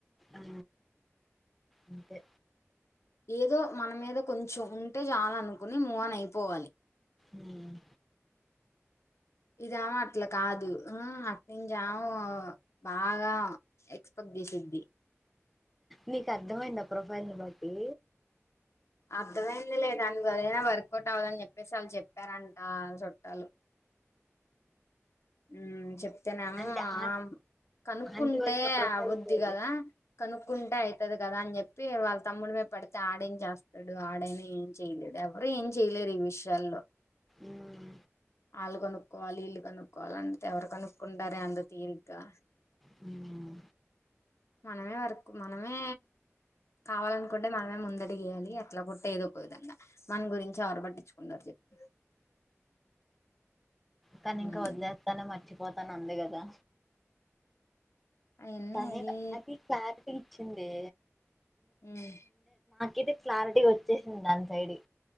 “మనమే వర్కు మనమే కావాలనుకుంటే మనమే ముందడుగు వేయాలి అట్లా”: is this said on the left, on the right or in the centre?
Left